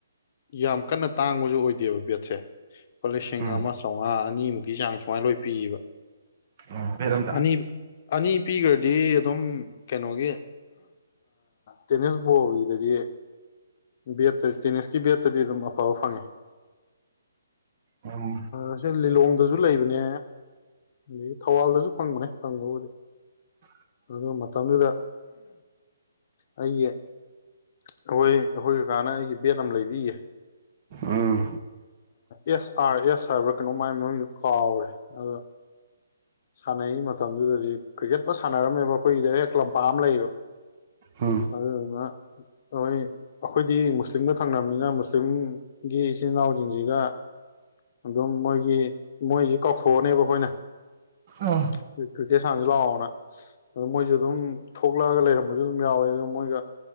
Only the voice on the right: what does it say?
ꯎꯝ
ꯎꯝ ꯕꯦꯠ ꯑꯝꯇ
ꯎꯝ
<inaudible>
ꯑꯥ
ꯎꯝ
ꯑꯣ